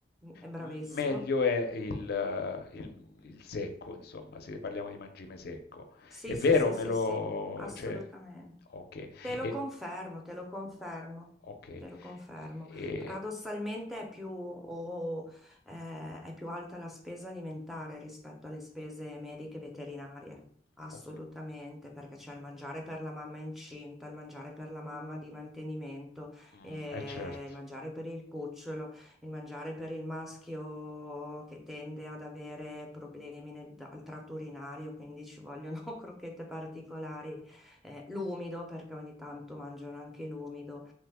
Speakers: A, in the centre; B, on the left (about 60°).
A: È bravissimo.
B: m- meglio è il, il- il secco, insomma, se parliamo di mangime secco.
A: Sì,
B: È vero,
A: sì, sì,
B: me
A: sì,
B: lo...
A: sì, assolutamente.
B: cioè, ok,
A: Te lo
B: e-
A: confermo, te lo confermo,
B: ok,
A: te lo confermo.
B: e-
A: Paradossalmente è più, o, eh, è più alta la spesa alimentare rispetto alle spese mediche e veterinarie, assolutamente,
B: ok.
A: perché c'è il mangiare per la mamma incinta, il mangiare per la mamma di mantenimento,
B: Mm,
A: eh,
B: eh certo,
A: il mangiare per il cucciolo, il mangiare per il maschio che tende ad avere problemi nel- al tratto urinario, quindi ci vogliono <laughs> crocchette particolari eh, l'umido, perché ogni tanto mangiano anche l'umido.